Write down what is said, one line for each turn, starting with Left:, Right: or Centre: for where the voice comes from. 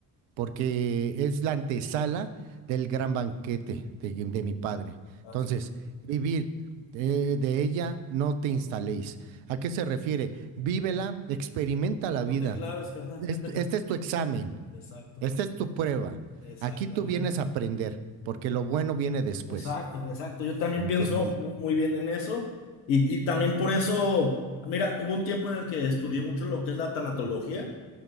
Right: porque es la antesala del gran banquete de, de mi padre.
Left: Así
Right: Entonces,
Left: es.
Right: vivir eh, de ella, no te instaléis. ¿A qué se refiere? Vívela, experimenta la vida.
Left: No te claves, carnal.
Right: Es-
Left: <laughs>
Right: Este es tu examen,
Left: Exacto,
Right: esta es tu prueba.
Left: exactamente.
Right: Aquí tú vienes a aprender, porque lo bueno viene después.
Left: Exacto, exacto. Yo también
Right: ¿Me entiendes?
Left: pienso mu- muy bien en eso. Y, y también por eso, mira, hubo un tiempo en el que estudié mucho lo que es la tanatología.